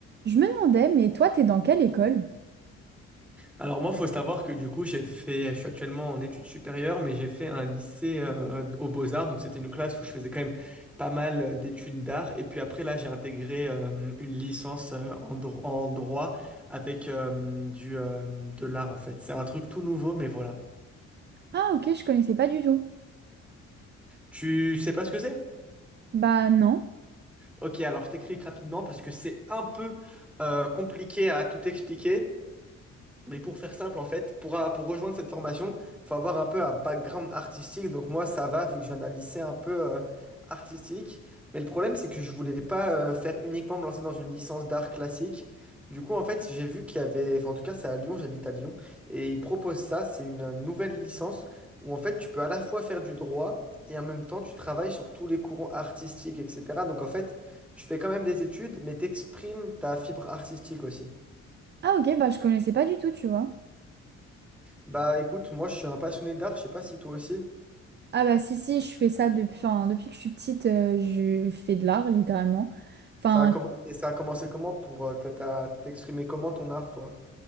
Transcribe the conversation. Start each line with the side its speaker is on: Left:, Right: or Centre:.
Right: Je me demandais, mais toi, t'es dans quelle école?
Centre: Alors moi, faut savoir que du coup, j'ai fait, je suis actuellement en études supérieures, mais j'ai fait un lycée euh, aux Beaux-Arts, donc c'était une classe où je faisais quand même pas mal euh, d'études d'art. Et puis après, là, j'ai intégré euh, une licence euh, en, dro- en droit avec euh, du euh, de l'art en fait. C'est un truc tout nouveau, mais voilà.
Right: Ah, ok, je connaissais pas du tout.
Centre: Tu sais pas ce que c'est?
Right: Bah non.
Centre: Ok, alors je t'explique rapidement parce que c'est un peu euh, compliqué à tout expliquer. Mais pour faire simple, en fait, pour, a- pour rejoindre cette formation, il faut avoir un peu un background artistique. Donc moi, ça va, vu que je viens d'un lycée un peu euh, artistique. Mais le problème, c'est que je voulais pas euh, faire uniquement me lancer dans une licence d'art classique. Du coup, en fait, j'ai vu qu'il y avait, enfin, en tout cas, c'est à Lyon, j'habite à Lyon, et ils proposent ça, c'est une euh, nouvelle licence où, en fait, tu peux à la fois faire du droit et en même temps, tu travailles sur tous les courants artistiques, etc. Donc, en fait, tu fais quand même des études, mais t'exprimes ta fibre artistique aussi.
Right: Ah, ok, bah je connaissais pas du tout, tu vois.
Centre: Bah écoute, moi je suis un passionné d'art, je sais pas si toi aussi.
Right: Ah bah si, si, je fais ça depuis, enfin, depuis que je suis petite, euh, je fais de l'art, littéralement. Enfin,
Centre: Ça a commencé, ça a commencé comment pour euh, t'as- t'as- t'exprimer comment ton art, toi?